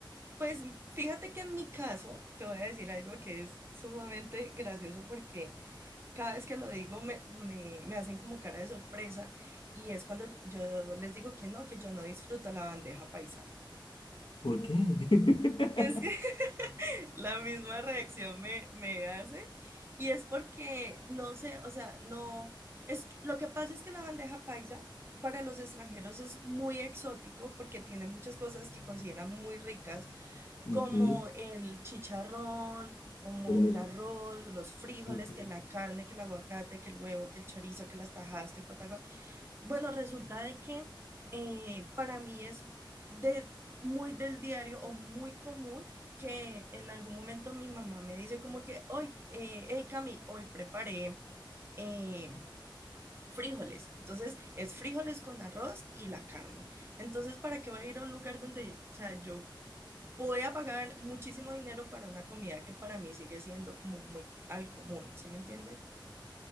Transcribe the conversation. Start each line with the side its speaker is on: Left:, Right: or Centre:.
Right: pues fíjate que en mi caso te voy a decir algo que es sumamente gracioso porque cada vez que lo digo me, me, me hacen como cara de sorpresa y es cuando yo les digo que no, que yo no disfruto la bandeja paisa.
Left: ¿Por qué? <laughs>
Right: Es que la misma reacción me, me hace. Y es porque, no sé, o sea, no, es, lo que pasa es que la bandeja paisa para los extranjeros es muy exótico porque tiene muchas cosas que consideran muy ricas,
Left: Ujú,
Right: como el chicharrón, como
Left: Hermoso.
Right: el arroz, los frijoles,
Left: Ujú.
Right: que la carne, que el aguacate, que el huevo, que el chorizo, que las tajadas, que el patagón. Bueno, resulta de que eh, para mí es de, muy del diario o muy común que en algún momento mi mamá me dice como que hoy, eh, hey Cami, hoy preparé eh, frijoles. Entonces es frijoles con arroz y la carne. Entonces, ¿para qué voy a ir a un lugar donde, o sea, yo voy a pagar muchísimo dinero para una comida que para mí sigue siendo como muy al común, ¿sí me entiendes?